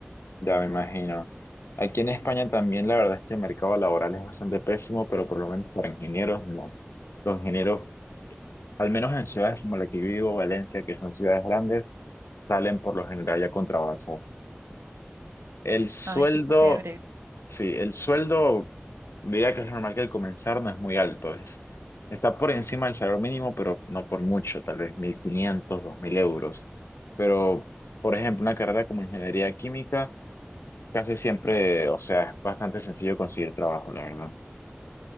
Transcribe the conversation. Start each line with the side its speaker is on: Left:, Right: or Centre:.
Left: ya me imagino. Aquí en España también la verdad es que el mercado laboral es bastante pésimo, pero por lo menos para ingenieros no. Los ingenieros, al menos en ciudades como la que yo vivo, Valencia, que son ciudades grandes, salen por lo general ya con trabajo. El sueldo,
Right: Ay, qué chévere.
Left: sí, el sueldo Diría que es normal que al comenzar no es muy alto, es, está por encima del salario mínimo, pero no por mucho, tal vez mil quinientos dos mil euros. Pero, por ejemplo, una carrera como ingeniería química, casi siempre, o sea, es bastante sencillo conseguir trabajo, la verdad.